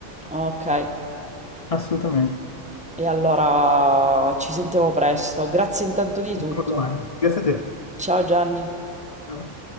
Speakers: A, in the centre; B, on the left.
A: Ok,
B: assolutamente.
A: e allora ci sentiamo presto. Grazie intanto di
B: Ci
A: tutto.
B: vediamo domani. Grazie a te.
A: Ciao Gianni.
B: Ciao.